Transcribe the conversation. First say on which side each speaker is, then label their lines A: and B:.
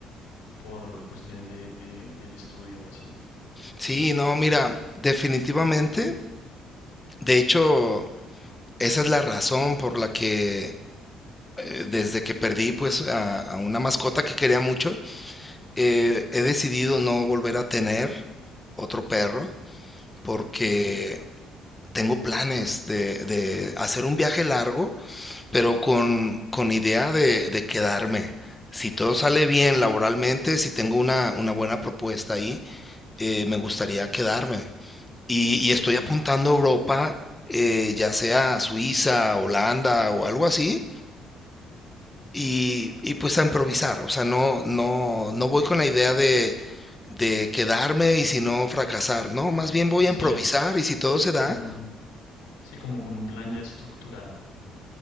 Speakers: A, on the left; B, on the left.
A: por cuestiones de, de- del estudio o así.
B: Sí, no, mira, definitivamente. De hecho, esa es la razón por la que eh, desde que perdí pues a, a una mascota que quería mucho, eh, he decidido no volver a tener otro perro porque
A: Ok,
B: tengo planes de, de hacer un viaje largo, pero con, con idea de, de quedarme. Si todo sale bien laboralmente, si tengo una, una buena propuesta ahí, eh, me gustaría quedarme. Y, y estoy
A: ok.
B: apuntando a Europa, eh, ya sea Suiza, Holanda o algo así, y, y pues a improvisar. O sea, no, no, no voy con la idea de, de quedarme y si no fracasar. No, más bien voy
A: Sí,
B: a improvisar y si todo se da,
A: con un, sí, como con un plan ya estructurado,